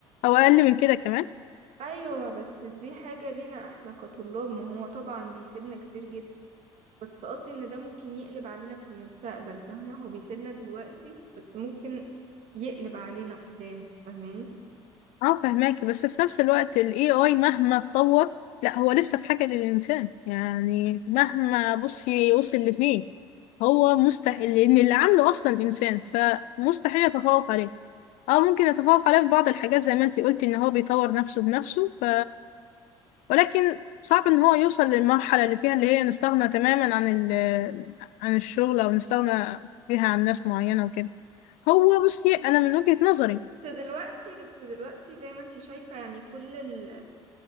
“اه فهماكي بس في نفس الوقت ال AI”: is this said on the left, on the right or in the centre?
Left